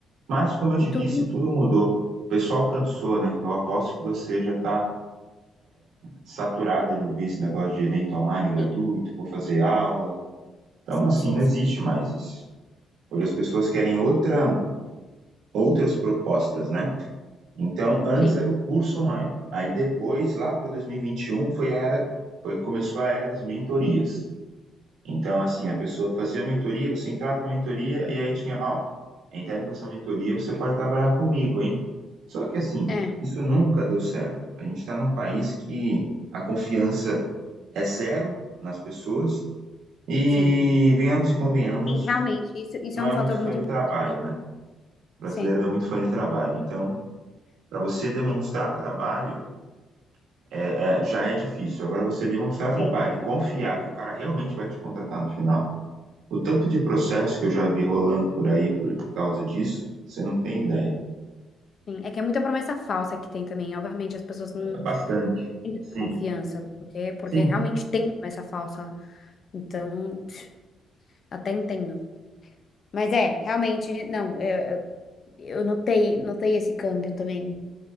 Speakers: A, on the right; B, on the left.
A: mas como eu te
B: e tudo.
A: disse, tudo mudou. O pessoal cansou, né? Eu aposto que você já está saturada de ouvir esse negócio de evento online gratuito,
B: Sim,
A: vou fazer aula. Então,
B: sim,
A: assim,
B: sim, sim,
A: não existe
B: sim.
A: mais isso. Hoje as pessoas querem outra, outras propostas, né? Então, antes
B: Sim,
A: era o curso online. Aí depois, lá para 2021, foi a era, foi, começou a era das mentorias. Então, assim, a pessoa fazia a mentoria, você entrava na mentoria e aí tinha, ó, entrando para essa mentoria, você pode trabalhar comigo, hein? Só que, assim,
B: é,
A: isso nunca deu certo. A gente está num país que a confiança é zero nas pessoas e,
B: sim.
A: venhamos e convenhamos,
B: Sim, realmente, isso, isso
A: não
B: é um
A: é
B: fator
A: muito
B: muito
A: fã de
B: importante.
A: trabalho, né? O brasileiro
B: Sim,
A: não é muito fã de trabalho. Então, para você demonstrar trabalho, é, é- já é difícil. Agora, você demonstrar trabalho
B: sim,
A: e confiar que o cara realmente vai te contratar no final O tanto de processo que eu já vi rolando por aí por causa disso, você não tem ideia.
B: sim. É que é muita promessa falsa que tem também. Obviamente, as pessoas não
A: Bastante.
B: têm tanta
A: Sim,
B: confiança, porque, porque
A: sim,
B: realmente tem promessa falsa. Então, pff, até entendo. Mas é, realmente, não, eu, eu eu notei, notei esse câmbio também.